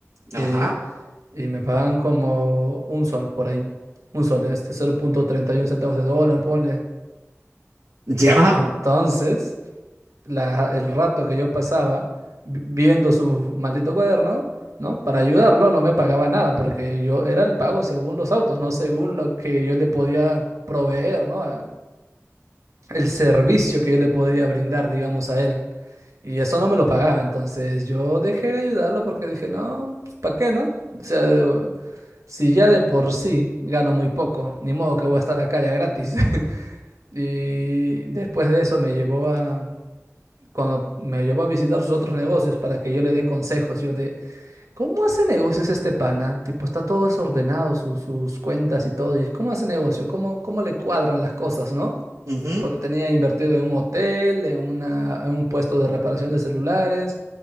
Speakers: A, on the right; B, on the right.
A: y,
B: Ajá.
A: y me pagaban como un sol por ahí, un sol, este, cero punto treinta y uno centavos de dólar, ponle.
B: Ya.
A: Entonces, la- el rato que yo pasaba vi- viendo su maldito cuaderno, ¿no? Para ayudarlo no me pagaba nada, porque yo era el pago según los autos, no según lo que yo le podía proveer, ¿no? el servicio que yo le podría brindar, digamos, a él. Y eso no me lo pagaba, entonces yo dejé de ayudarlo porque dije, no, pues, ¿para qué, no? O sea, de- si ya de por sí gano muy poco, ni modo que voy a estar acá ya gratis. <laughs> Y después de eso me llevó a, cuando me llevó a visitar sus otros negocios para que yo le dé consejos, yo de, ¿Cómo hace negocios este pana? Tipo, está todo desordenado, su- sus cuentas y todo. ¿Y cómo hace negocio? ¿Cómo, cómo le cuadran las cosas, no?
B: Ujú.
A: Porque tenía invertido en un hotel, en una, en un puesto de reparación de celulares,